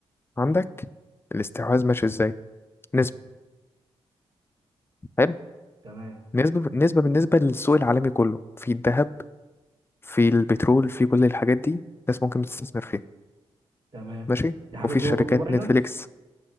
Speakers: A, on the left (about 20°); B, on the right (about 45°).
A: عندك
B: مم.
A: الاستحواذ ماشي ازاي
B: مم.
A: نسبة حلو
B: تمام
A: نسبة نسبة بالنسبة للسوق العالمي كله في الذهب في البترول في كل الحاجات دي الناس ممكن تستثمر فيها
B: تمام
A: ماشي
B: دي حاجه
A: وفي
B: جوه
A: شركات
B: برضو باينانس
A: نتفليكس